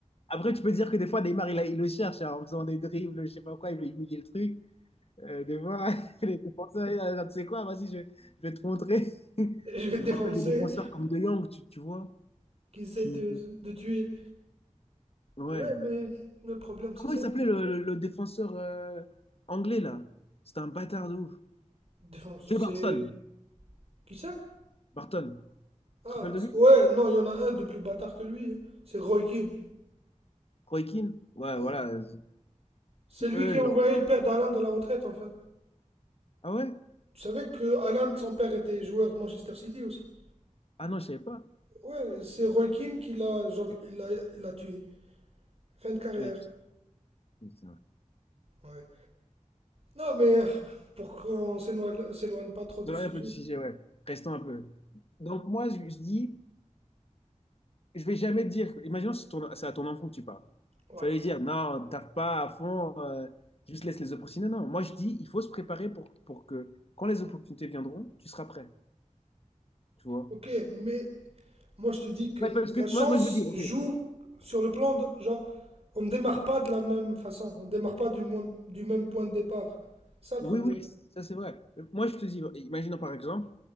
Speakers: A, on the left; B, on the right.
A: Après, tu peux dire que des fois, Neymar, il, a- il le cherche hein, en faisant des dribbles, je sais pas quoi, il veut humilier le truc. Euh, des fois, <laughs> les défenseurs, ils disent, Ah, tu sais quoi, vas-y, je, je vais te montrer. <laughs>
B: Je vais te
A: Je
B: défoncer.
A: me rappelle des défenseurs comme De Jong, tu, tu vois,
B: qui essaie
A: qui.
B: de, de tuer.
A: Ouais.
B: Ouais, mais, mais le problème,
A: Comment
B: c'est ça.
A: il s'appelait le, le- le défenseur euh, anglais là? C'était un bâtard de ouf.
B: Défense,
A: Joe
B: c'est.
A: Barton.
B: Qui ça
A: Barton.
B: Ah,
A: Tu te rappelles de
B: c'est-
A: lui?
B: ouais, non, il y en a un de plus bâtard que lui. hein. C'est Roy Keane.
A: Roy Keane? Ouais,
B: Ouais.
A: voilà. euh,
B: C'est
A: Qui
B: lui
A: eux,
B: qui a
A: genre.
B: envoyé le père d'Alan dans la retraite, en fait.
A: Ah ouais?
B: Tu savais que Alan, son père, était joueur de Manchester City aussi.
A: Ah non, je savais pas.
B: Ouais, c'est Roy Keane qui l'a, genre, il l'a, il l'a tué. Fin de carrière.
A: Là, je- Putain.
B: Ouais. Non, mais euh, pour qu'on s'éloigne s'éloigne pas trop du
A: Désolé
B: sujet.
A: un peu du sujet, ouais. Restons un peu. Donc moi, je, je dis, je vais jamais te dire. Imaginons que c'est ton- c'est à ton enfant que tu parles.
B: Ouais.
A: Tu vas lui dire, non, taffe pas à fond, euh, juste laisse les opportunités. Non, moi je dis, il faut se préparer pour, pour que quand les opportunités viendront, tu seras prêt. Tu vois?
B: Ok, mais Moi, je te dis que
A: Ouais, parce
B: la
A: que
B: chance
A: moi, moi, je me dis,
B: joue
A: ok,
B: sur le plan de, genre, on ne démarre pas de la même façon, on ne démarre pas du, mon- du même point de départ. Ça, le
A: Oui,
B: problème.
A: oui, ça c'est vrai. Euh, Moi, je te dis, imaginons par exemple